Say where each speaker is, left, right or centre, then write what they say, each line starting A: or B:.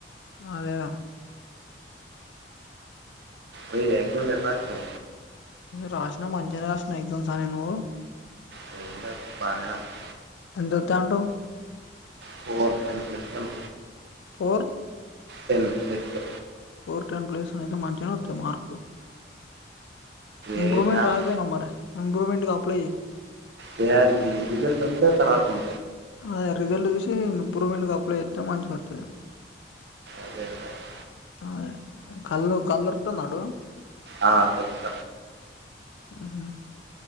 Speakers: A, on the left (about 70°); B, on the right (about 60°).
A: అదేగా
B: ఓ ఎదో వ్యాపార స
A: రాసినా మంచిగానే రాసినా ఎగ్జామ్స్ అని నువ్వు
B: నేను కూడా బాగానే రాశాను.
A: ఎంతంతంటో
B: హోమవర్క్ ఏం చేస్తావ్
A: ఫోర్
B: హెల్ప్ చేస్తా
A: ఫోర్ టెన్ ప్లేస్ అయితే మంచి న వతే మార్కులు ఇంప్రూవమెంట్
B: ఏ క్లాస్
A: రాపోయి అరి ఇంప్రూవమెంట్పులే
B: దయా రిజల్ట్ వస్త త ము
A: అద రిజల్ట్ చూసి ఇంప్రూవ్మెంట్ గప్పులే చేస్తే మంచిగా వతుంది
B: అదే కదా.
A: అ కల్ కల్కుతన్నాడు
B: ఆ, తప్ప.
A: ఉహు